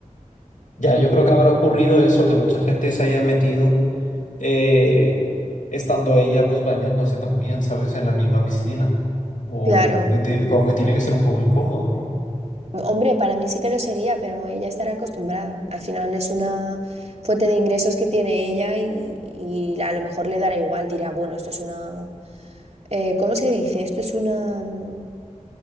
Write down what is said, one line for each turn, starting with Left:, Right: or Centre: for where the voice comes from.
Left: Ya, yo creo que habrá ocurrido eso, que mucha gente se haya metido eh, estando ella pues bañándose también, ¿sabes? En la misma piscina. O
Right: Claro.
Left: que te- aunque tiene que ser un poco incómodo, ¿no?
Right: Hombre, para mí sí que lo sería, pero ella estará acostumbrada. Al final es una fuente de ingresos que tiene ella y, y a lo mejor le dará igual, dirá, bueno, esto es una... eh, ¿cómo se dice? Esto es una... mm,